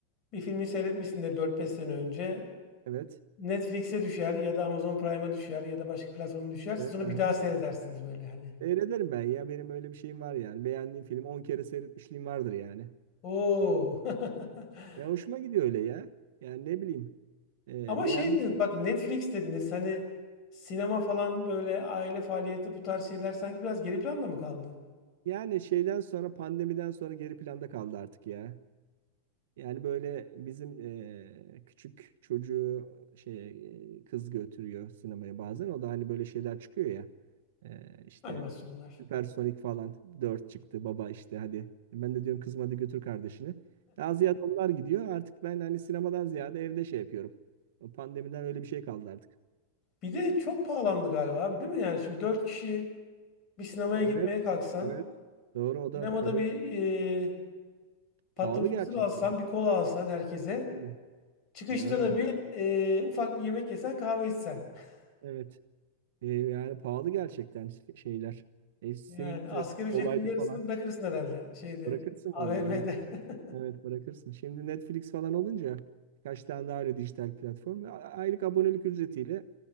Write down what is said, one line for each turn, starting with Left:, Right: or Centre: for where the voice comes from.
Left: bir filmi seyretmişsindir dört beş sene önce.
Right: Evet.
Left: Netflix'e düşer ya da Amazon Prime'a düşer ya da başka platforma düşer.
Right: Evet.
Left: Siz onu
Right: Aha.
Left: bir daha seyredersiniz böyle hani.
Right: Seyrederim ben ya. Benim öyle bir şeyim var yani. Beğendiğim filmi 10 kere seyretmişliğim vardır yani.
Left: Oo. <laughs>
Right: Ya hoşuma gidiyor öyle ya. Yani ne bileyim. Ee,
Left: Ama
Right: beğendiysen.
Left: şey dediniz bak Netflix dediniz hani sinema falan böyle aile faaliyeti bu tarz şeyler sanki biraz geri planda mı kaldı?
Right: Yani şeyden sonra pandemiden sonra geri planda kaldı artık ya. Yani böyle bizim eee, küçük çocuğu şey eee, kız götürüyor sinemaya bazen. O da hani böyle şeyler çıkıyor ya. Eee işte
Left: Animasyonlar.
Right: Süpersonik falan 4 çıktı. Baba işte hadi. Ben de diyorum kızım hadi götür kardeşini. Daha ziyade onlar gidiyor. Artık ben hani sinemadan ziyade evde şey yapıyorum. O pandemiden öyle bir şey kaldı artık.
Left: Bir de çok pahalandı galiba abi değil mi? Yani şimdi dört kişi bir sinemaya
Right: Evet.
Left: gitmeye kalksan
Right: Evet. Doğru o da
Left: sinemada
Right: o da
Left: bir e, patlamış
Right: pahalı gerçekten.
Left: mısır alsan bir kola alsan herkese
Right: Tabii.
Left: çıkışta
Right: Yani
Left: da bir e, ufak bir yemek yesen kahve içsen. <laughs>
Right: evet. E, yani pahalı gerçekten şeyler. E, simitti,
Left: Yani asgari ücretin
Right: kolaydı
Left: yarısını
Right: falan.
Left: bırakırsın herhalde şeyde
Right: Bırakırsın
Left: AVM'de.
Right: vallahi evet.
Left: <laughs>
Right: Evet bırakırsın. Şimdi Netflix falan olunca birkaç tane daha öyle dijital platform. A- Aylık abonelik ücretiyle